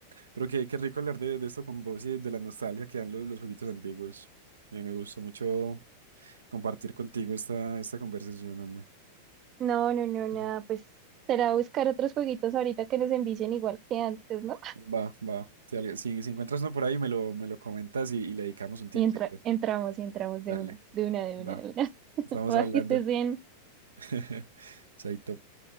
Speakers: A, on the right; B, on the right.
A: Pero qué, qué rico hablar de, de esto con vos y de la nostalgia que dan los, los jueguitos antiguos. Eh, me gustó mucho compartir contigo esta, esta conversación, hombre.
B: No, no, no, nada,
A: Dije,
B: pues será buscar otros jueguitos ahorita que nos envicien igual que antes, ¿no?
A: Va, va. Si, algo- si, si encuentras uno por ahí, me lo, me lo comentas y, y le dedicamos un tiempito.
B: Y entra- entramos y entramos
A: Dale,
B: de una, de una, de
A: va.
B: una, de una. <laughs>
A: Estamos
B: Va,
A: hablando.
B: que estés bien.
A: <laughs> Chaito.